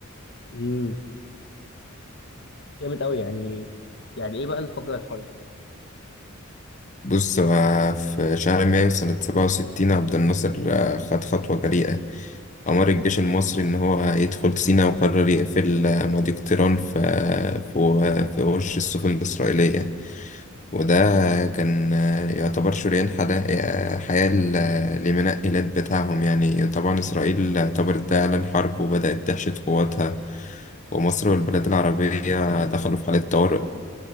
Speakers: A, on the left; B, on the left.
A: امم جامد أوي يعني يعني إيه بقى اللي فجر الحرب؟
B: بص آه، في شهر مايو سنة 67 عبد الناصر آه، خد خطوة جريئة أمر الجيش المصري إن هو يدخل سيناء وقرر يقفل مضيق طيران في في في وش السفن الإسرائيلية وده كان يعتبر شريان حلا- حياة ل- لمنقلات بتاعهم يعني طبعا إسرائيل اعتبرت ده إعلان حرب وبدأت تحشد قواتها ومصر والبلاد العربية دخلوا في حالة طوارئ